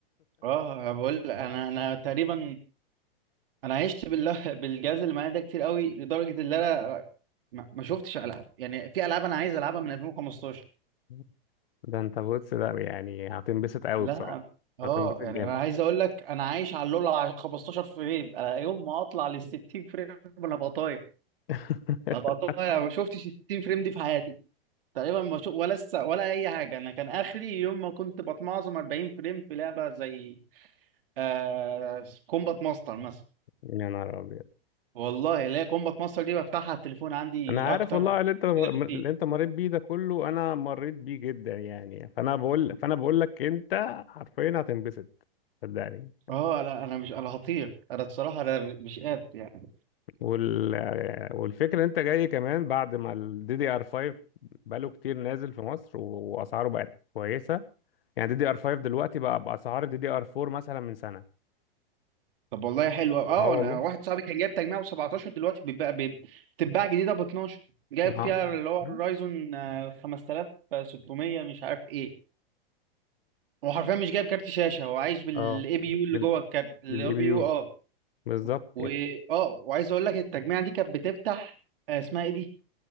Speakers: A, on the right; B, on the left.
A: اه انا بقول لك، انا انا تقريبا انا عشت بالله بالجهاز اللي معايا ده كتير قوي لدرجه ان انا ما ما شفتش العاب يعني في العاب انا عايز العبها من 2015
B: <laughs> ده انت بص ده يعني هتنبسط قوي
A: لا
B: بصراحة
A: اه
B: هتنبسط
A: يعني
B: جامد
A: انا عايز اقول لك انا عايش على اللول على 15 فريم انا يوم ما اطلع لل 60 فريم انا بقى طاير
B: <laughs>
A: انا بقى طاير ما شفتش ال 60 فريم دي في حياتي تقريبا ما شو ولا الس... ولا اي حاجه انا كان اخري يوم ما كنت بتمعظم 40 فريم في لعبه زي آه... كومبات ماستر مثلا
B: يا نهار ابيض
A: والله لا كومبات ماستر دي بفتحها على التليفون عندي
B: انا عارف
A: اكتر
B: والله
A: بكتير.
B: اللي انت اللي انت مريت بيه ده كله انا مريت بيه جدا يعني فانا بقول فانا بقول لك انت حرفيا هتنبسط صدقني
A: اه لا انا مش انا هطير انا بصراحه انا مش قادر يعني
B: وال والفكره إن انت جاي كمان بعد ما الدي دي ار 5 بقاله كتير نازل في مصر و- واسعاره بقت كويسه يعني دي دي ار 5 دلوقتي بقى باسعار دي دي ار 4 مثلا من سنه
A: طب والله حلو أوي. اه
B: اه والله
A: انا واحد صاحبي كان جايب تجميع ب 17 دلوقتي بيبقى بيب- بتتباع جديده ب 12 جايب
B: نعم
A: فيها اللي هو
B: مم.
A: الرايزون آه، 5600 مش عارف ايه هو حرفيا مش جايب كارت شاشه هو عايش بالاي
B: اه
A: بي
B: بال
A: يو اللي جوه الكارت الاي
B: بالاي
A: بي
B: بي
A: يو
B: يو
A: اه
B: بالظبط
A: و
B: يعني
A: اه وعايز اقول لك التجميع دي كانت بتفتح آه، اسمها ايه دي